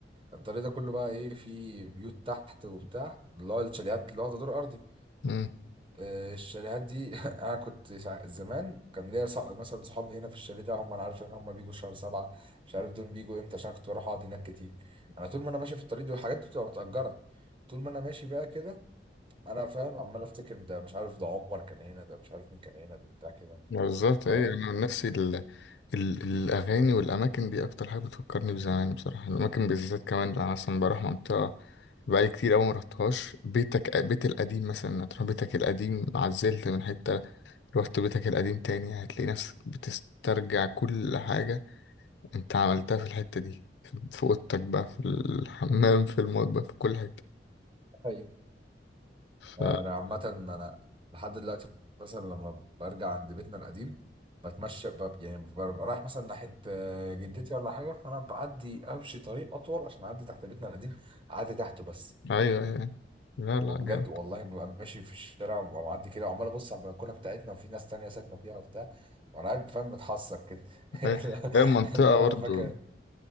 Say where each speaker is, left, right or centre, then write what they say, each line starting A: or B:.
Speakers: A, on the right (about 30°); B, on the left (about 70°).
A: الطريق ده كله بقى ايه في بيوت تحت وبتاع اللي هو الشاليهات اللي واخده دور ارضي
B: مم.
A: آه، الشاليهات دي <laughs> انا كنت سع- زمان كان ليا صع- مثلا صحاب هنا في الشاليه ده هم انا عارف ان هم بيجوا شهر سبعة مش عارف دول بيجوا امتى عشان كنت بروح اقعد هناك كتير انا طول ما انا ماشي في الطريق دي والحاجات دي بتبقى متأجرة طول ما انا ماشي بقى كده انا فاهم عمال افتكر ده مش عارف ده عمر كان هنا ده مش عارف مين كان هنا ده بتاع كده
B: بالظبط
A: فاهم
B: ايه انا عن نفسي ال... ال... الاغاني والاماكن دي اكتر حاجه بتفكرني بزمان بصراحه الاماكن بالذات كمان انا مثلا بروح منطقه بقالي كتير قوي ما رحتهاش بيتك بيت القديم مثلا تروح بيتك القديم عزلت من حته رحت بيتك القديم تاني هتلاقي نفسك بتسترجع كل حاجه انت عملتها في الحته دي في اوضتك بقى في الحمام في المطبخ في كل حته
A: ايوه
B: ف
A: انا عامة انا لحد دلوقتي مثلا لما برجع عند بيتنا القديم بتمشى بب... يعني ببقى رايح مثلا ناحية آه، جدتي ولا حاجة فأنا بعدي أمشي طريق أطول عشان أعدي تحت بيتنا القديم أعدي تحته بس
B: ايوه ايوه لا لا
A: وبجد
B: جامد
A: والله ببقى ماشي في الشارع وببقى معدي كده وعمال أبص على البلكونة بتاعتنا وفي ناس تانية ساكنة فيها وبتاع وأنا قاعد فاهم متحسر كده <laughs>
B: أيوة. هي المنطقه
A: اللي هو
B: برضو
A: أنا فاكر